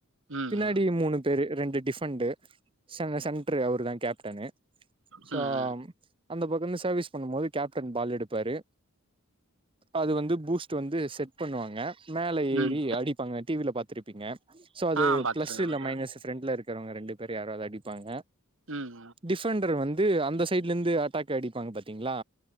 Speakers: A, on the right (about 60°); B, on the right (about 25°).
A: ம்
B: பின்னாடி மூணு பேரு ரெண்டு டிஃபண்டு செட்று அவரு தா கேப்டனு சோ
A: ம்
B: அந்த பக்கம் சர்வீஸ் பண்ணும் போது கேப்டன் பால் எடுப்பாரு அது வந்து பூஸ் வந்து செட் பண்ணுவாங்க மேல
A: ம்
B: ஏறி அடிப்பாங்க டிவில பா்த்திருப்பீங்க அது
A: ஆ பாத்துருக்கே
B: பிளஸ்
A: ப்ரோ
B: மைனஸ் பிரண்ட்ல இருக்குற ரெண்டுப் யாராவதுடி இருப்பாங்க
A: ம்
B: டிஃபண்டர் வந்து அந்த சைட்ல இருந்து அட்டாக் ஆடிப்பாங்க பாத்தீங்களா